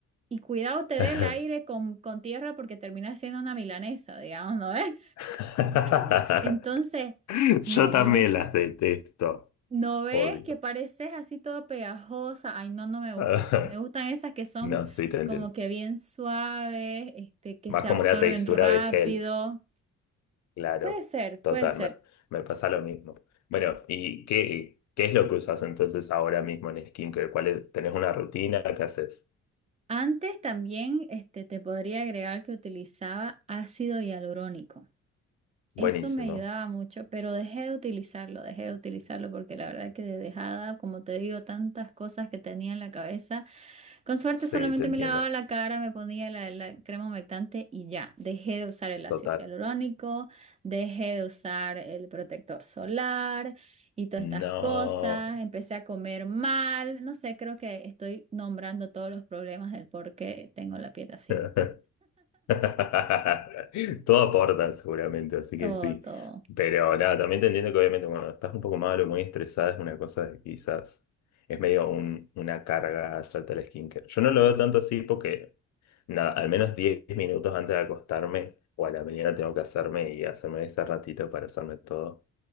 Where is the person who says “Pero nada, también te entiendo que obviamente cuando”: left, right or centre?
Left